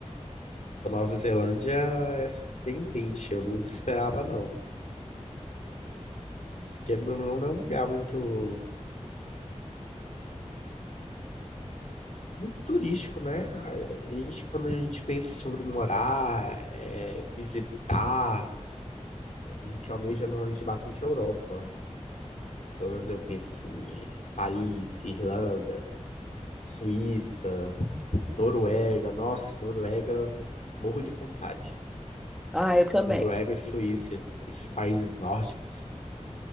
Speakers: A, on the left; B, in the centre.
A: a Nova Zelândia é surpreendente. Eu não esperava, não. Porque não, não é um lugar muito, muito turístico, né? A gente, quando a gente pensa sobre morar, é, visitar, A gente almeja normalmente bastante a Europa. Pelo menos eu penso assim, é, Paris, Irlanda, Suíça, Noruega. Nossa, Noruega, morro de vontade.
B: Ah, eu também.
A: Noruega e Suíça, esses países nórdicos,